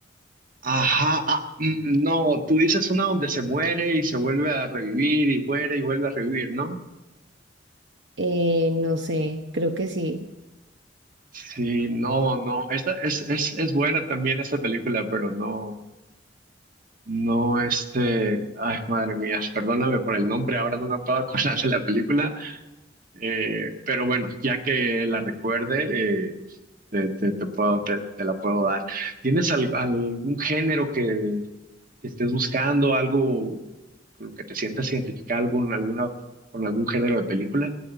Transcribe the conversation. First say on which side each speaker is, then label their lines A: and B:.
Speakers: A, on the right (about 50°); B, on the right (about 70°).
A: ajá, ah, mm, no, tú dices una donde se muere y se vuelve a revivir y muere y vuelve a revivir, ¿no?
B: Eh, no sé, creo que sí.
A: Sí, no, no, esta es, es, es buena también esta película, pero no. No, este, ay, madre mía, perdóname por el nombre, ahora no me puedo acordar de la película, eh, pero bueno, ya que la recuerde, eh, te, te- te puedo, te, te la puedo dar. ¿Tienes al- algún género que, que estés buscando, algo con lo que te sientas identificado, algún, alguna, con algún género de película?